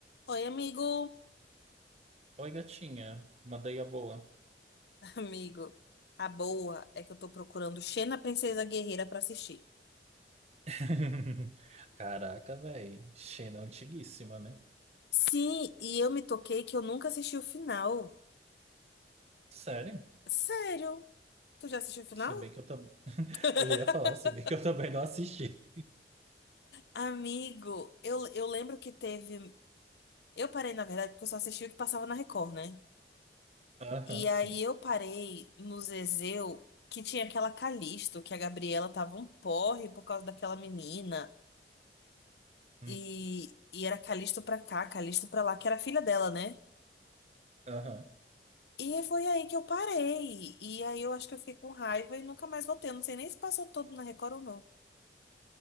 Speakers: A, on the left; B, on the right.
A: Oi, amigo.
B: Oi, gatinha. Mandei a boa.
A: <laughs> Amigo, a boa é que eu tô procurando Xena Princesa Guerreira pra assistir.
B: <laughs> Caraca, velho. Xena é antiguíssima, né?
A: Sim, e eu me toquei que eu nunca assisti o final.
B: Sério?
A: Sério? Tu já assistiu o final?
B: Se bem que eu também. <laughs>
A: <laughs>
B: Eu já ia falar, se bem que eu também não assisti.
A: Amigo, eu, eu lembro que teve. Eu parei, na verdade, porque eu só assisti o que passava na Record, né?
B: Aham,
A: E aí
B: sim.
A: eu parei no Zezéu, que tinha aquela Calisto, que a Gabriela tava um porre por causa daquela menina.
B: Hum,
A: E, e era Calisto pra cá, Calisto pra lá, que era a filha dela, né?
B: Aham.
A: E foi aí que eu parei. E aí eu acho que eu fiquei com raiva e nunca mais voltei. Eu não sei nem se passou todo na Record ou não.